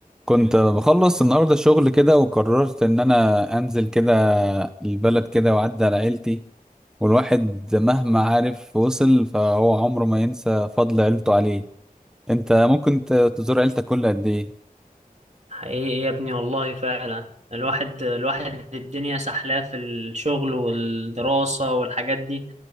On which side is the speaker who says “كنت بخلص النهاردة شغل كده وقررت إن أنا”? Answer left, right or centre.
Centre